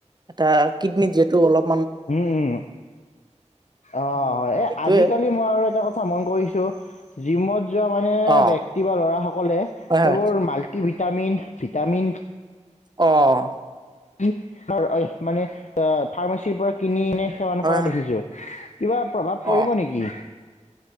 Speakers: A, on the right; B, on the left.
A: এটা কিডনী যিহেতু অলপ
B: উম উম অঁ
A: উম
B: এই
A: সেইটোয়ে
B: আজিকালি মই আৰু এটা কথা মন কৰিছো জিমত যোৱা মানে
A: অ
B: ব্যক্তি বা ল'ৰাসকলে
A: হয় হয়
B: এইবোৰ মাল্টি ভিটামিন ভিটামিন
A: অঁ
B: কি অঁ মানে অঁ ফাৰ্মেচীৰ পৰা কিনি এনে সেৱন
A: হয়
B: কৰা
A: হয়
B: দেখিছো কিবা প্ৰভাৱ পৰিব
A: অ
B: নেকি